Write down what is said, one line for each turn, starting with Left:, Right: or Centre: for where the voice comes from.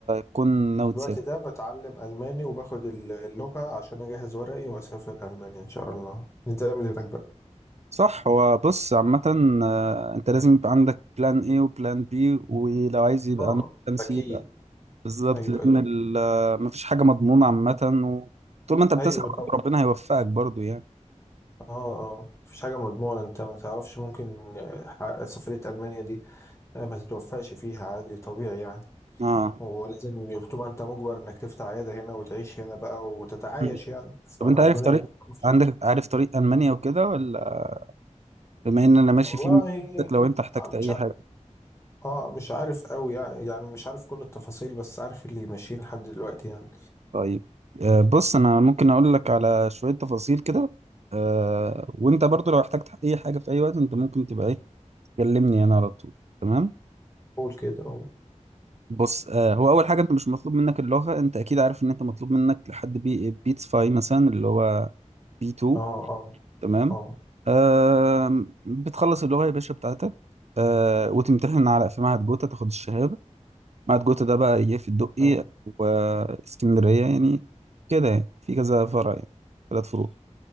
Right: تكون ناوي
Left: في الوقت
Right: تسافر
Left: ده بتعلم الماني وباخد اللغة عشان اجهز ورقي واسافر المانيا ان شاء الله نتعامل هناك بقى
Right: صح هو بص عامة آه، انت لازم يبقى عندك بلان ايه وبلان بي ولو عايز يبقى
Left: اه
Right: عندك بلان سي
Left: اكيد
Right: بقى بالظبط
Left: ايوه
Right: لان
Left: اكيد
Right: ال- آه، مفيش حاجة مضمونة عامة وطول ما انت بتسعى
Left: ايوه طبعا
Right: برضه ربنا هيوفقك برضه يعني
Left: اه اه مفيش حاجة مضمونة انت ما تعرفش ممكن آه، ح- سفرية المانيا دي آه، ما تتوفقش فيها عادي طبيعي يعني
Right: اه
Left: ولازم بتبقى انت مجبر انك تفتح عيادة هنا وتعيش هنا بقى وتتعايش
Right: مم.
Left: يعني فالدنيا
Right: طب انت عارف طريق
Left: بتطلعش
Right: عندك عارف طريق المانيا وكده ولا بما ان انا ماشي
Left: والله
Right: فيه ممكن لو انت احتجت
Left: مش
Right: اي حاجة
Left: اه مش عارف قوي يعني يعني مش عارف كل التفاصيل بس عارف اللي ماشيين لحد دلوقتي يعني
Right: طيب آه، بص انا ممكن اقول لك على شوية تفاصيل كده آه، وانت برضه لو احتجت اي حاجة في اي وقت انت ممكن تبقى ايه تكلمني انا على طول تمام
Left: قول كده قول.
Right: بص آه هو اول حاجه انت مش مطلوب منك اللغه انت اكيد عارف ان انت مطلوب منك لحد بي بيتس فاي مثلا اللي هو بي 2
Left: اه اه
Right: تمام
Left: اه
Right: آه بتخلص اللغه يا باشا بتاعتك آه وتمتحن على في معهد جوتا تاخد الشهاده معهد جوتا ده بقى ايه في الدقي
Left: اه
Right: واسكندريه يعني كده يعني في كذا فرع يعني ثلاث فروع